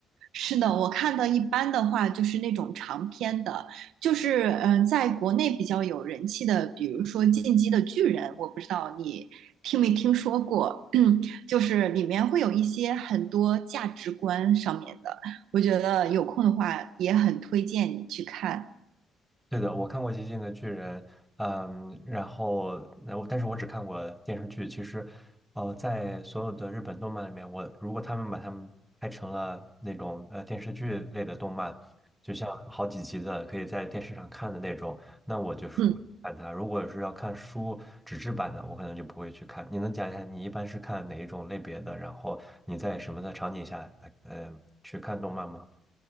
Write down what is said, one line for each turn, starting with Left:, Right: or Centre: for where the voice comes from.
Right: 是的，我看到一般的话就是那种长篇的，就是嗯、呃在国内比较有人气的，比如说《进击的巨人》，我不知道你听没听说过，<clears throat> 就是里面会有一些很多价值观上面的，我觉得有空的话也很推荐你去看。
Centre: 对的，我看过《极限的巨人》，嗯，然后，然后但是我只看过电视剧。其实，呃，在所有的日本动漫里面，我如果他们把他们拍成了那种呃电视剧类的动漫，就像好几集的可以在电视上看的那种，那我就是会看它。
Right: 嗯。
Centre: 如果是要看书纸质版的，我可能就不会去看。你能讲一下你一般是看哪一种类别的？然后你在什么的场景下，呃，呃去看动漫吗？